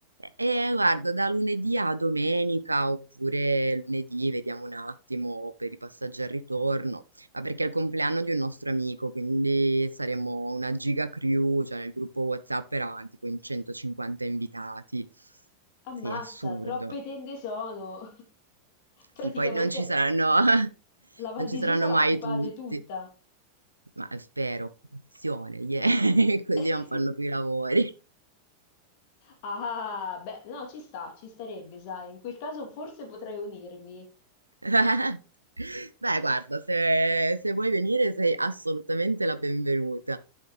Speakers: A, on the right; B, on the left.
A: E guarda, da lunedì a domenica oppure lunedì, vediamo un attimo per i passaggi al ritorno, ma perché è il compleanno di un nostro amico, quindi saremo una giga crew, cioè nel gruppo WhatsApp erano tipo in 150 invitati.
B: Ammazza,
A: Sì, assurdo.
B: troppe tende sono! <laughs> Praticamente
A: Sì, poi non ci saranno, <laughs>
B: la Val
A: non
B: di
A: ci saranno
B: Susa la
A: mai
B: occupate
A: tutti,
B: tutta.
A: ma spero, occupazione, yeah, <laughs> così
B: <laughs>
A: non fanno più i lavori.
B: Ah, beh, no, ci sta, ci starebbe, sai. In quel caso forse potrei unirmi.
A: <laughs> Beh, guarda, se, se vuoi venire sei assolutamente la benvenuta.